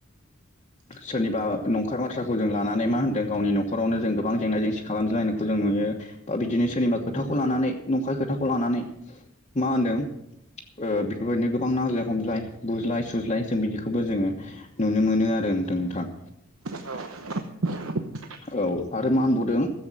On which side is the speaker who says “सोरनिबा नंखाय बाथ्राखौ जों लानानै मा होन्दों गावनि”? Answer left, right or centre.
Left